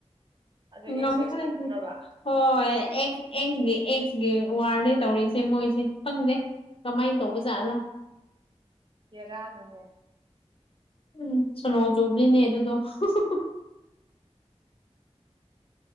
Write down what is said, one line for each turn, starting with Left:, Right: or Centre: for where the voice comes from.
Right: ꯑꯗꯨ ꯑꯦꯛꯁ
Left: ꯉꯝꯈ꯭ꯔꯦꯗꯨ
Right: ꯑꯦꯛꯁ ꯑꯃꯨꯛ ꯈꯪꯅꯕ
Left: ꯍꯣꯏ ꯑꯦꯛꯁ ꯑꯦꯛꯁꯒꯤ ꯑꯦꯛꯁꯒꯤ ꯋꯥꯔꯅꯦ ꯇꯧꯔꯤꯁꯦ ꯃꯣꯏꯁꯦ ꯈꯪꯗꯦ ꯀꯃꯥꯏꯟ ꯇꯧꯕꯖꯥꯠꯂ
Right: ꯕꯦꯔꯥꯅꯤꯍꯦ
Left: ꯎꯝ ꯁꯣꯅꯣ ꯆꯨꯕꯅꯤꯅꯦ ꯑꯗꯨꯗꯣ <unintelligible>